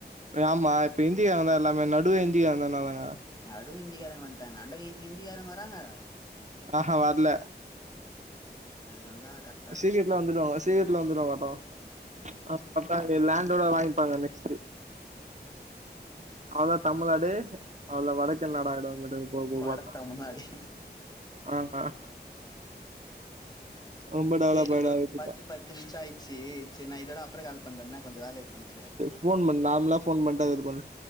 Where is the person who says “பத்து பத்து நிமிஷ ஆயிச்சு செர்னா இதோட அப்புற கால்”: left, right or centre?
Left